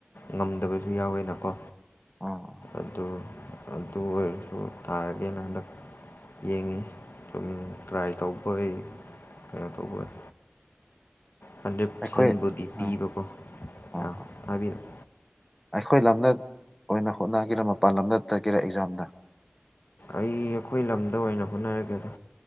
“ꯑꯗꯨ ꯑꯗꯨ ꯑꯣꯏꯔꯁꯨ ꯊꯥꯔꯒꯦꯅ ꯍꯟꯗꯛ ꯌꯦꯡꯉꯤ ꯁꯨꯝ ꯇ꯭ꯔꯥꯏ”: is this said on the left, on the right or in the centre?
Left